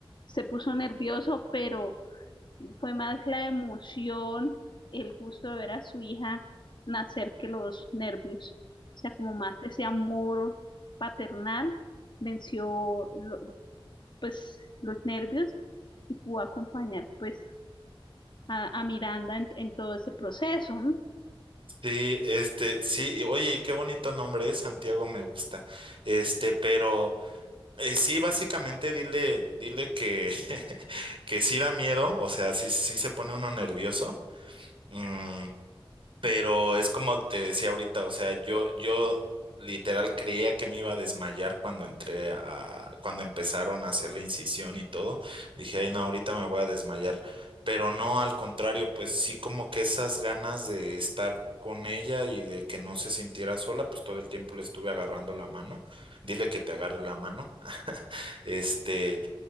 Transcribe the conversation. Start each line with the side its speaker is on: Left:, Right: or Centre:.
Left: se puso nervioso, pero fue más la emoción, el gusto de ver a su hija nacer que los nervios. O sea, como más ese amor paternal venció lo- pues los nervios y pudo acompañar pues a, a Miranda en, en todo ese proceso, ¿no?
Right: Sí, este, sí, y oye, y qué bonito nombre es, Santiago me gusta. Este, pero eh, sí, básicamente dile, dile que, <laughs> que sí da miedo, o sea, sí, sí se pone uno nervioso, Mm, pero es como te decía ahorita, o sea, yo, yo literal creía que me iba a desmayar cuando entré a, cuando empezaron a hacer la incisión y todo. Dije, ay, no, ahorita me voy a desmayar. Pero no, al contrario, pues sí como que esas ganas de estar con ella y de que no se sintiera sola, pues todo el tiempo le estuve agarrando la mano. Dile que te agarre la mano. <laughs> Este,